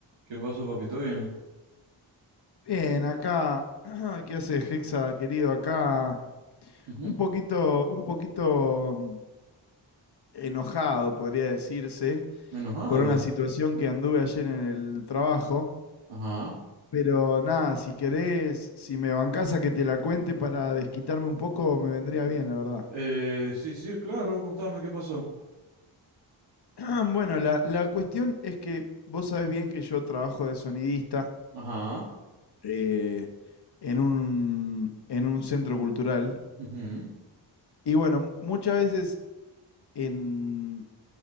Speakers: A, on the right (about 80°); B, on the left (about 60°).
A: ¿Qué pasó, papito? Bien.
B: Bien, acá, <clears throat> ¿qué hace Hexa, querido? Acá
A: Ujú.
B: un poquito, un poquito mm, enojado, podría decirse,
A: Enojado.
B: por una situación que anduve ayer en el trabajo.
A: Ajá.
B: Pero nada, si querés, si me bancás a que te la cuente para desquitarme un poco, me vendría bien, la verdad.
A: Eh, sí, sí, claro, contame qué pasó.
B: <clears throat> Bueno, la, la cuestión es que vos sabés bien que yo trabajo de sonidista
A: Ajá.
B: eh, en un, en un centro cultural.
A: Ujú.
B: Y bueno, muchas veces en,